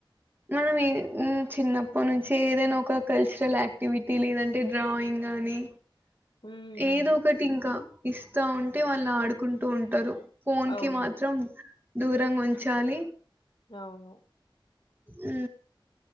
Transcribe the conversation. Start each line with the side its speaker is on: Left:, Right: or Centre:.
Right: మనం ఈ చిన్నప్పటి నుంచి ఏదైనా ఒక కల్చరల్ యాక్టివిటీ లేదంటే డ్రాయింగ్ గాని
Left: హ్మ్.
Right: ఏదో ఒకటి ఇంకా ఇస్తా ఉంటే వాళ్ళు ఆడుకుంటూ ఉంటారు ఫోన్
Left: అవును.
Right: కి మాత్రం దూరంగా ఉంచాలి
Left: అవును
Right: ఉ